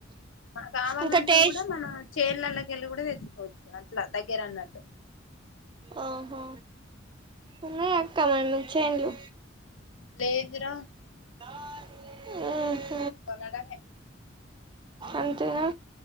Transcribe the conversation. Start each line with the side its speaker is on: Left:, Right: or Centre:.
Left: మన కావాలంటే
Right: ఇంకా టేస్ట్
Left: గుడా మన చేన్లలకి కెళ్ళి గుడా తెచ్చుకోవచ్చు అట్ల దగ్గర అన్నట్టు
Right: ఓహో ఉన్నాయా చేన్లు
Left: లేదు రా
Right: మ్
Left: కొన్నాడమే
Right: అంతేగా